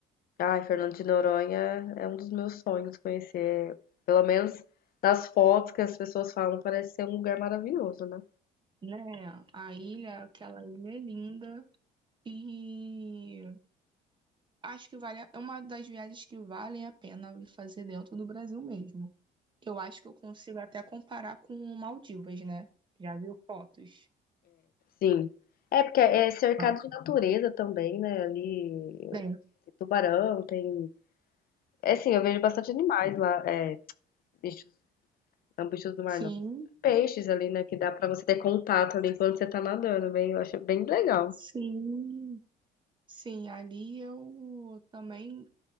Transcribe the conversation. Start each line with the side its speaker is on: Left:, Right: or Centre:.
Left: Ai, Fernando de Noronha é um dos meus sonhos conhecer. Pelo menos nas fotos que as pessoas falam, parece ser um lugar maravilhoso, né?
Right: né? A ilha, aquela ilha é linda e acho que vale, a- é uma das viagens que valem a pena fazer dentro do Brasil mesmo. Eu acho que eu consigo até comparar com Maldivas, né? Já viu fotos?
Left: Sim. É porque é cercado
Right: Ah,
Left: de natureza também, né? Ali
Right: bem,
Left: tem tubarão, tem. É assim, eu vejo bastante animais lá, é, bichos, bichos do mar
Right: Sim,
Left: não. Peixes ali, né? Que dá pra você ter contato ali enquanto você tá nadando, bem, eu acho bem legal.
Right: sim, sim. Ali eu também